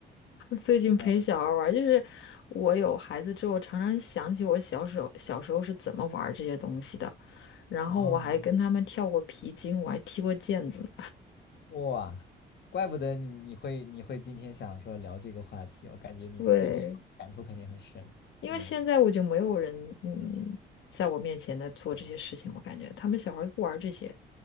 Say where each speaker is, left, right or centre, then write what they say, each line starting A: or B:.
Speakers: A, on the left; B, on the left.
A: 最近陪小孩儿玩儿就是我有孩子之后，
B: 嗯，
A: 常常想起我小时候小时候是怎么玩儿这些东西的。然后我还跟他们跳过皮筋，
B: 哦，
A: 我还踢过毽子呢
B: 哇，怪不得你你会你会今天想说聊这个话题，我感觉你你对这个感触肯定很深。
A: 对，因为现在我就没有人嗯，
B: 嗯，
A: 在我面前来做这些事情，我感觉他们小孩儿不玩儿这些。